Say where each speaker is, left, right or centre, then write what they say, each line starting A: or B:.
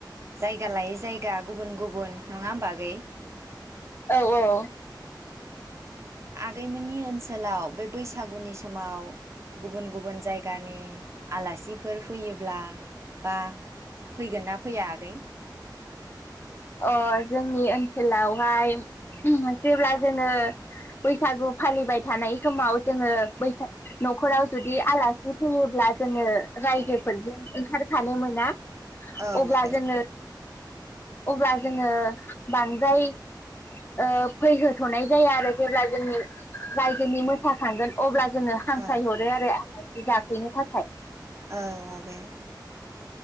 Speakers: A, on the right; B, on the left.
A: जायगा लायै जायगा गुबुन गुबुन नङा होमबा आगै।
B: औ औ।
A: गैमोननि ओनसोलाव बे बैसागुनि समाव गुबुन गुबुन जायगानि आलासिफोर फैयोब्ला बा फैगोन ना फैया आगै।
B: अ जोंनि ओनसोलावहाय
A: औ
B: जेब्ला जोङो बैसागु फालिबाय थानाय समाव जोङो बैसा न'खराव जुदि आलासि फैयोब्ला जोङो रायजोफोरजों
A: औ
B: ओंखार फानो मोना।
A: औ
B: अब्ला
A: आगै
B: जोङो अब्ला जोङो बांद्राय ओ फैहोथ'नाय जाया आरो जेब्ला जोंनि रायजोनि मोसाखांगोन अब्ला जोङो हांख्राय
A: औ
B: हरो आरो <unintelligible> जाफैनो थाखाय।
A: औ आगै